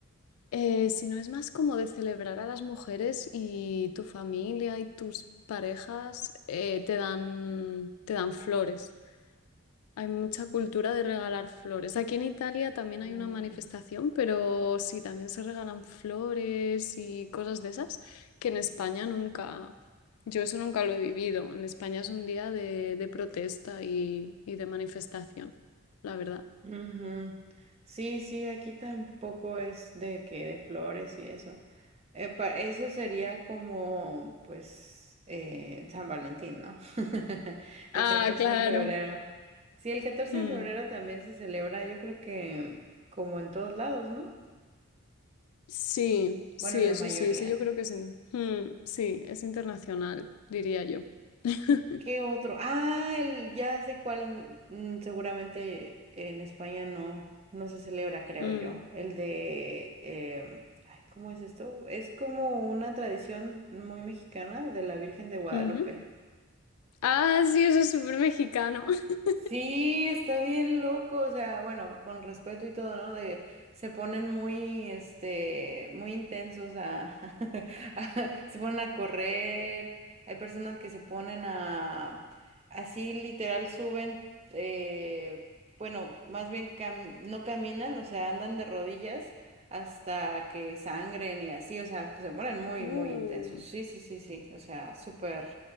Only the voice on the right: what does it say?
Mm,
Ujú. Sí, sí, aquí tampoco es de que de flores y eso. Eh, pa- eso sería como, pues, eh, San Valentín, ¿no? <laughs>
El 14
de febrero. Sí, el catorce
de febrero también se celebra, yo creo que como en todos lados, ¿no?
Bueno,
la
mayoría.
¿Qué otro? Ah, el, ya sé cuál, mm, seguramente en España no, no se celebra, creo
yo. El de, em, ay, ¿cómo es esto? Es como una tradición muy mexicana de la Virgen de Guadalupe.
Sí, está bien loco, o sea, bueno, con respeto y todo, ¿no? De se ponen muy, este, muy intensos a, <laughs> a- se ponen a correr. Hay personas que se ponen a, así literal suben, eh, bueno, más bien cam- no caminan, o sea, andan de rodillas hasta que sangren y así, o sea, se ponen muy,
muy intensos. Sí, sí, sí, sí, o sea, súper,